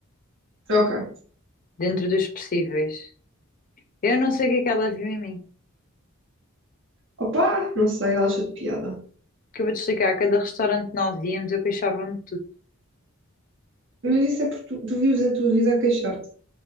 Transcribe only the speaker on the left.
dentro dos possíveis. Eu não sei o que é que ela viu em mim,
que eu vou te explicar. A cada restaurante que nós íamos, eu queixava-me